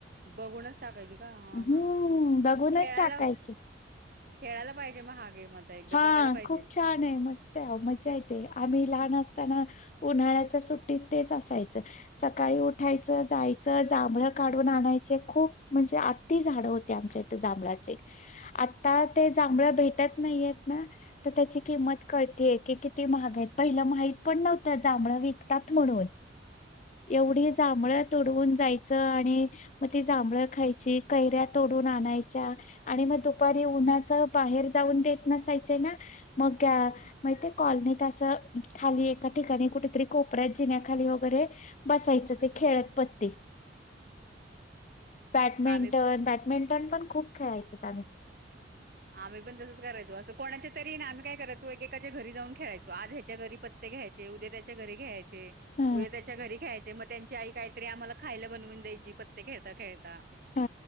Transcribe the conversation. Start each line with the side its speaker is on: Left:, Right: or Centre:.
Right: बघूनच टाकायची का? हा
Left: हम्म
Right: हा
Left: बघूनच
Right: खेळायला
Left: टाकायची
Right: खेळायला पाहिजे मग हा गेम आता. एकदा
Left: हा
Right: बघायला पाहिजे
Left: खूप छान आहे. मस्त आहे. मजा येते. आम्ही लहान असताना उन्हाळ्याच्या सुट्टीत तेच असायचं. सकाळी उठायचं, जायचं जांभळं काढून आणायचे. खूप म्हणजे आ ती झाड होते आमच्या इथ जांभळाचे. आता ते जांभळ भेटत नाहीयेत ना तर त्याची किंमत कळतिये की किती महाग आहेत. पहिला माहित पण नव्हतं जांभळं विकतात म्हणून.
Right: <inaudible>
Left: एवढी जांभळं तूडवून जायचं आणि मग ती जांभळं खायची, कैऱ्या तोडून आणायच्या. आणि मग दुपारी उन्हाच बाहेर जाऊन देत नसायचे ना मग मग ते कॉलनीत असं खाली एका ठिकाणी कुठेतरी कोपऱ्यात जिन्याखाली वगैरे बसायचं ते खेळत पत्ते.
Right: <inaudible>
Left: बॅडमिंटन
Right: आम्ही
Left: बॅडमिंटन पण खूप खेळायचोत आम्ही.
Right: आम्ही पण तसच करायचो, असं कोणाच्या तरी ना आम्ही काय करायचो? एकेकाच्या घरी जाऊन खेळायचो आज ह्याच्या घरी प ते घ्यायचे उद्या त्याच्या घरी खेळायचे,
Left: हा
Right: उद्या त्याच्या घरी खेळायचे मग त्यांची आई काहीतरी आम्हाला खायला बनवून द्यायची पत्ते खेळता खेळता.
Left: हा